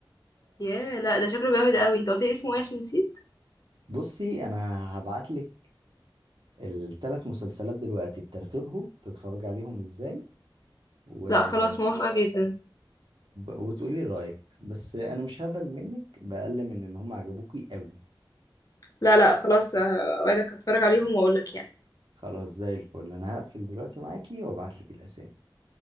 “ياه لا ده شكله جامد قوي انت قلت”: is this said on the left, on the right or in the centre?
Left